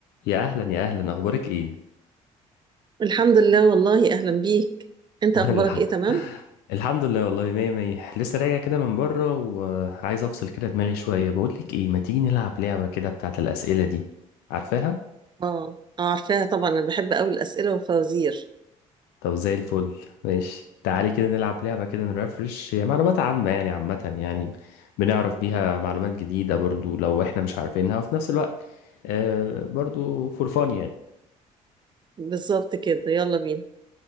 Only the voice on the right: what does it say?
الحمد لله والله اهلا بيك
انت
اخبارك ايه تمام
اه اه عارفاها طبعا انا بحب قوي الاسئله والفوازير
بالظبط كده يلا بينا